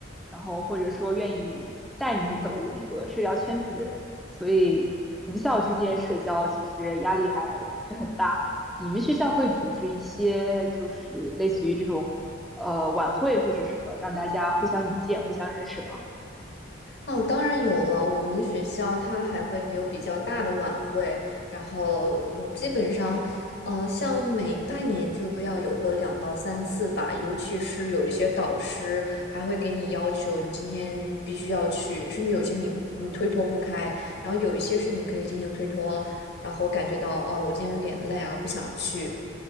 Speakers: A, in the centre; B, on the left.
A: 然后或者说愿意带你走入那个社交圈子的人，所以同校之间社交其实压力还不是很大。你们学校会组织一些就是类似于这种呃晚会或者什么，让大家互相引荐、互相认识吗？
B: 哦，当然有了。我们学校它还会有比较大的晚会，然后嗯，基本上，呃，像每半年就要有个两到三次吧。尤其是有一些导师还会给你要求，你今天必须要去，甚至有些你你推脱不开，然后有一些是你可以进行推脱，然后感觉到哦，我今天有点累啊，不想去。